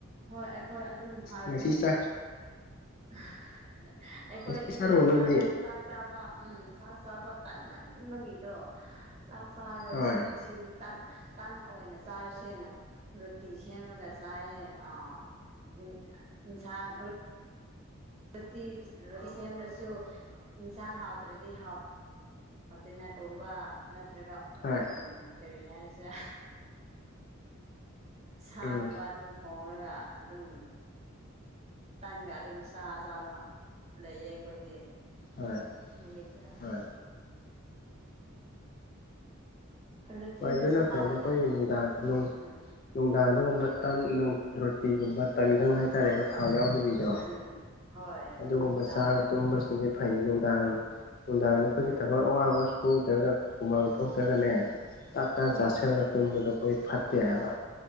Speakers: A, on the right (about 30°); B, on the left (about 45°).
A: ꯍꯣꯏ ꯍꯣꯏ ꯑꯗꯨꯝ ꯍꯥꯏꯕꯅꯦ
B: ꯉꯁꯤ ꯆꯥꯛ
A: ꯑꯩꯈꯣꯏꯗꯤꯗꯣ
B: ꯉꯁꯤ ꯆꯥꯔꯨꯔꯣ ꯅꯣꯏꯗꯤ
A: ꯆꯥꯛ ꯆꯥꯛ ꯆꯥꯕ ꯎꯝ ꯆꯥꯛ ꯆꯥꯕ ꯇꯟꯃꯟꯕꯒꯤꯗꯣ ꯆꯥꯛ ꯆꯥꯔꯣꯏꯁꯦ
B: ꯍꯣꯏ
A: ꯉꯁꯤ ꯁꯤꯗꯤ ꯇꯟ ꯇꯟ ꯑꯣꯏꯅ ꯆꯥꯔꯁꯦꯅ ꯔꯨꯇꯤ ꯁꯦꯝꯂꯒ ꯆꯥꯏꯌꯦ ꯑꯥ ꯎꯝ ꯏꯟꯁꯥꯡ ꯔꯣꯇꯤ ꯔꯣꯇꯤ ꯁꯦꯝꯗ꯭ꯔꯁꯨ ꯏꯟꯁꯥꯡ ꯍꯥꯎꯇ꯭ꯔꯗꯤ ꯍꯥꯎ <unintelligible>
B: ꯍꯣꯏ
A: ꯀꯔꯤ ꯍꯥꯏꯁꯤꯔꯥ ꯁꯥꯒꯨꯝꯕ
B: ꯎꯝ
A: ꯑꯗꯨꯝ ꯊꯣꯡꯔꯒ ꯑꯗꯨꯝ ꯇꯟꯒ ꯑꯗꯨꯝ ꯆꯥ ꯆꯥꯕ ꯂꯩꯌꯦ ꯑꯩꯈꯣꯏꯗꯤ
B: ꯍꯣꯏ
A: ꯅꯨꯃꯤꯠꯗ
B: ꯍꯣꯏ
A: ꯔꯨꯇꯤꯅꯁꯨ
B: ꯍꯣꯏ ꯑꯗꯨꯅ
A: ꯍꯥꯎꯋꯤꯗ
B: ꯐꯩꯗ ꯑꯩꯈꯣꯏꯒꯤ ꯅꯨꯡꯗꯥꯡ ꯅꯨꯡ
A: ꯎꯝ
B: ꯅꯨꯡꯗꯥꯡꯗꯒꯨꯝꯕ ꯇꯟ ꯅꯨ ꯔꯣꯇꯤꯒꯨꯝꯕ ꯇꯟꯒꯪ ꯍꯥꯏꯇꯥꯔꯦꯀꯣ ꯊꯥꯎ ꯌꯥꯎꯗꯕꯤ ꯌꯣ
A: ꯎꯝ ꯍꯣꯏ ꯑꯗꯨꯝ
B: ꯑꯗꯨꯒꯨꯝꯕ
A: ꯆꯥꯏ
B: ꯆꯥꯔꯒ ꯇꯨꯝꯕꯁ ꯑꯗꯨꯗꯤ ꯐꯩꯌꯦ ꯅꯨꯡꯗꯥꯡ ꯅꯨꯡꯗꯥꯡꯗ ꯑꯩꯈꯣꯏꯒꯤ
A: ꯎꯝ
B: ꯊꯕꯛ ꯑꯋꯥꯕ ꯁꯨ ꯁꯨꯗ꯭ꯔꯒ ꯍꯨꯃꯥꯡ ꯊꯣꯛꯇ꯭ꯔꯒꯅꯦ ꯇꯞ ꯇꯥꯅ
A: ꯍꯣꯏ
B: ꯆꯥꯁꯤꯜꯂ ꯇꯨꯝꯕꯗꯣ ꯑꯩꯈꯣꯏ ꯐꯠꯇꯦ ꯍꯥꯏꯕ